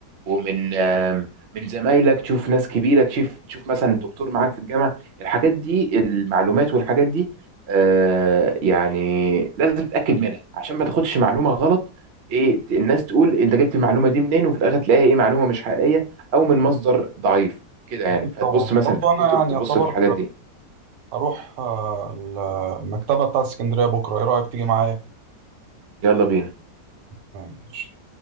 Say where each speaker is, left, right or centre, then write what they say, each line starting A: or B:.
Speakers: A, on the right; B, on the right.
A: ومن آم، من زمايلك تشوف ناس كبيره تشوف تشوف مثلا دكتور معاك في الجامعه الحاجات دي المعلومات والحاجات دي آه، يعني لازم تتاكد منها عشان ما تاخدش معلومه غلط ايه الناس تقول انت جبت المعلومه دي منين وفي الاخر تلاقيها ايه معلومه مش حقيقيه او من مصدر ضعيف كده يعني
B: أكيد
A: فتبص
B: طبعا
A: مثلا
B: وبرضه
A: في الكتب
B: أنا يعني
A: تبص
B: أعتبر
A: في الحاجات دي
B: هروح آه، المكتبة بتاعت اسكندرية بكرة إيه رأيك تيجي معايا؟
A: يلا بينا
B: تمام ماشي